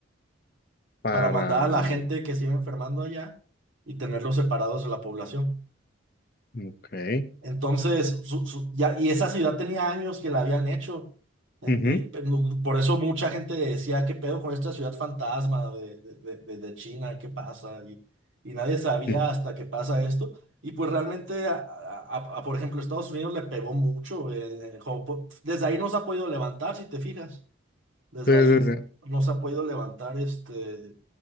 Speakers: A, on the left; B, on the right.
A: para,
B: Para mandar a la gente que se iba enfermando allá y tenerlos separados de la población.
A: ok,
B: Entonces, su- su- ya, y esa ciudad tenía años que la habían hecho. En-
A: ujú,
B: eh, pe- no, Por eso mucha gente decía, ¿qué pedo con esta ciudad fantasma de, de, de- de- de China? ¿Qué pasa? Y, y nadie sabía
A: mm,
B: hasta que pasa esto. Y pues realmente, a, a- a- por ejemplo, Estados Unidos le pegó mucho. en- en Japón. desde ahí no se ha podido levantar, si te fijas. Desde
A: Sí,
B: ahí
A: sí, sí.
B: no se ha podido levantar este.